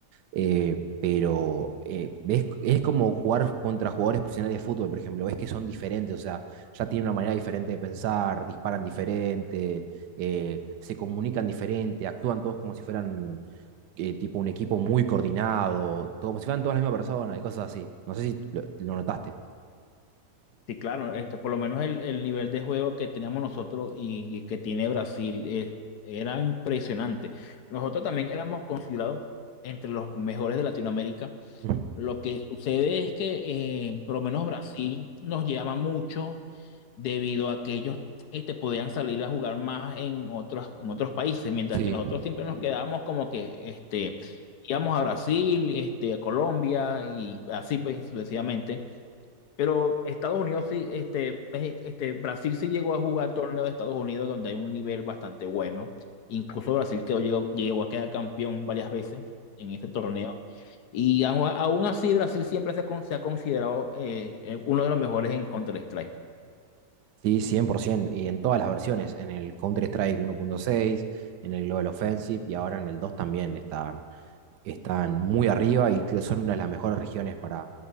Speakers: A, on the right (about 80°); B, on the left (about 70°).
A: eh, pero eh, ves- es como jugar contra jugadores profesionales de fútbol, por ejemplo, ves que son diferentes, o sea, ya tienen una manera diferente de pensar, disparan diferente, eh, se comunican diferente, actúan todos como si fueran eh, tipo un equipo muy coordinado, todo- como si fueran todas la misma persona y cosas así. No sé si lo, lo notaste.
B: Sí, claro, este, por lo menos el, el nivel de juego que teníamos nosotros y, que tiene Brasil eh, era impresionante. Nosotros también éramos considerados entre los mejores de Latinoamérica.
A: Ujú.
B: Lo que sucede es que eh, por lo menos Brasil nos llama mucho debido a que ellos este, podían salir a jugar más en otros, en otros países, mientras
A: Sí.
B: que nosotros siempre nos Sí. quedábamos como que este, íbamos a Brasil, este, a Colombia y así pues, sucesivamente. Pero Estados Unidos sí, este, Mex- este, Brasil sí llegó a jugar torneo de Estados Unidos donde hay un nivel bastante bueno. Incluso Brasil quedó, llegó, llegó a quedar campeón varias veces en ese torneo. Y aún, aún así Brasil siempre se, con- se ha considerado eh, eh, uno de los mejores en Counter-Strike.
A: Sí, 100%, y en todas las versiones, en el Counter-Strike uno punto seis en el Global Offensive y ahora en el 2 también están, están muy arriba y que son una de las mejores regiones para,